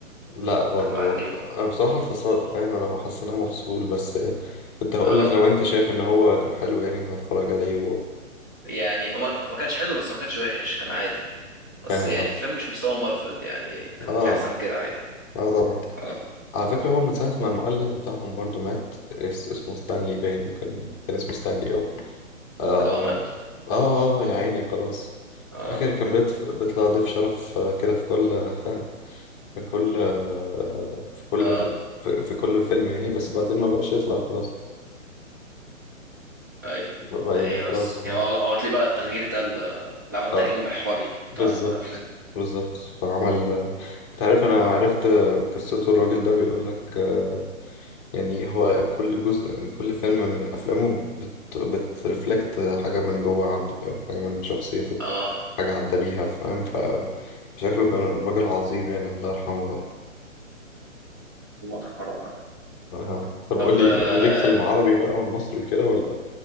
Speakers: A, on the left; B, on the right.
A: لا برضو
B: كان بعديها
A: أنا بص- أنا بصراحة الفصل
B: اه
A: فاهم أنا حاسس إن أنا مفصول بس كنت هقول
B: آه.
A: لك لو أنت شايف إن هو كان حلو يعني كنت هتفرج عليه
B: يعني ما ما كانش حلو بس ما كانش وحش كان عادي بس
A: وفاهم
B: يعني
A: قصدي
B: فاهم مش مستوى مارفل يعني كان
A: آه
B: في احسن من كده عادي
A: آه طبعا
B: اه
A: على فكرة هو من ساعة ما المؤلف بتاعهم برضو مات اس- اسمه ستانلي باين وكان كان اسمه ستانلي أه آه
B: كده هو مات
A: آه يا عيني خلاص
B: اه
A: فاكر كان بيت- بيطلع ضيف شرف آه، كده في كل <laughs> في كل آه، في كل
B: اه
A: في, في كل فيلم يعني بس بعدين ما بقاش يطلع خلاص
B: ايوه
A: بقى
B: يعني
A: يعني
B: ايه
A: خلاص
B: بس
A: مات
B: يعني هو هو تلاقيه بقى التغيير ده ال- اللي عمل التغيير
A: اه
B: المحوري بتاع
A: بالظبط
B: الافلام
A: بالظبط فعمل آه، انت عارف انا عرفت آه، قصته الراجل ده بيقول لك آه، يعني هو كل جزء كل فيلم من افلامه بت بترفلكت حاجة من جوه عنده فاهم حاجة من شخصيته
B: اه
A: حاجة عدى بيها فاهم فشكله كان راجل عظيم يعني الله يرحمه بقى
B: مطرح ما رحنا
A: آه. طب
B: طب
A: قول لي
B: اه
A: ليك في العربي بقى والمصري وكده ولا